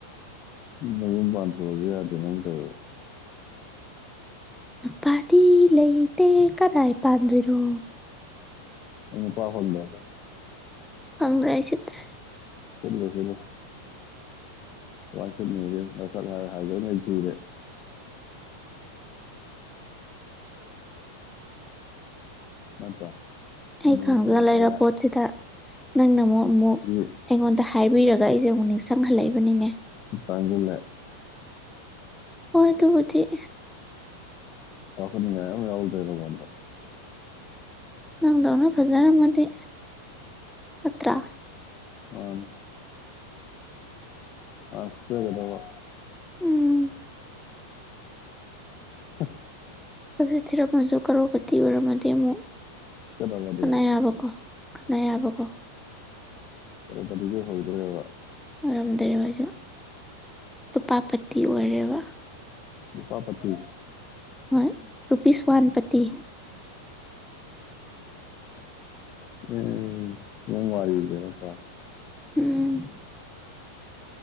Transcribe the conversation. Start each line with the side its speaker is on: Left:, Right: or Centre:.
Left: ꯃ ꯌꯨꯝ ꯄꯥꯟ ꯊꯣꯛꯂꯗꯤ ꯌꯥꯗꯦ ꯅꯪ ꯇ
Centre: ꯅꯨꯄꯥꯗꯤ ꯂꯩꯇꯦ ꯀꯗꯥꯥꯏ ꯄꯥꯟꯗꯣꯏꯅꯣ
Left: ꯎ ꯄꯥ ꯐꯟꯗꯕ
Centre: ꯑꯪꯒ꯭ꯔꯥꯖ ꯆꯇ꯭ꯔꯦ
Left: ꯆꯂꯁꯤꯂꯣ ꯋꯥꯁꯅꯦꯌꯦꯦ ꯍꯥꯏꯖꯅ ꯊꯔꯦ ꯅꯠꯇ꯭ꯔꯥ ꯍꯅꯨꯁꯨ
Centre: ꯑꯩ ꯈꯪꯖꯒ
Left: ꯍꯅꯨꯁꯜꯂꯦ
Centre: ꯂꯩꯔ ꯄꯣꯠꯁꯤꯗ ꯅꯪꯅ ꯑꯃꯨꯛ ꯑꯃꯨꯛ
Left: ꯁꯤ
Centre: ꯑꯩꯉꯣꯟꯗ ꯍꯥꯏꯕꯤꯔꯒ ꯑꯩꯁꯦ ꯑꯃꯨꯛ ꯅꯤꯡꯁꯤꯡꯍꯜꯂꯛꯏꯕꯅꯤꯅꯦ
Left: ꯇꯥꯡꯒꯂ
Centre: ꯍꯣꯏ ꯇꯣ ꯗꯤꯤ
Left: ꯄꯈꯅꯤꯡ ꯌꯥꯗꯦ ꯑꯗꯨ ꯐꯗ
Centre: ꯅꯪꯗꯧꯅ ꯐꯖꯔꯝꯃꯗꯤ ꯅꯠꯇ
Left: ꯍ ꯑ ꯁꯤꯒꯗꯕ
Centre: ꯎꯝ
Left: ꯑ
Centre: ꯍꯛꯆꯤꯠ ꯊꯤꯔꯝꯃꯁꯨ ꯀꯔꯣꯕꯇꯤ ꯑꯣꯏꯔꯝꯃꯗꯤ ꯑꯃꯨꯛ
Left: ꯆꯠꯀꯗꯕ ꯑꯗꯨꯁꯨ
Centre: ꯀꯅ ꯌꯥꯕꯀꯣ ꯈꯠꯅ ꯌꯥꯕꯀꯣ
Left: ꯀꯣꯔꯣꯄꯇꯤꯁꯨ ꯍꯧꯗ꯭ꯔꯦꯕ
Centre: ꯉꯔꯝꯗ꯭ꯔ ꯑꯩꯖ ꯂꯨꯄꯥ ꯄꯇꯤ ꯑꯣꯏꯔꯦꯕ
Left: ꯎꯄꯥꯄꯇꯤ
Centre: ꯍꯣꯏ ꯔꯨꯄꯤꯁ ꯋꯥꯟ ꯄꯇꯤ
Left: ꯑꯦ ꯃꯋꯥꯔꯤꯗꯦ ꯊ
Centre: ꯎꯝ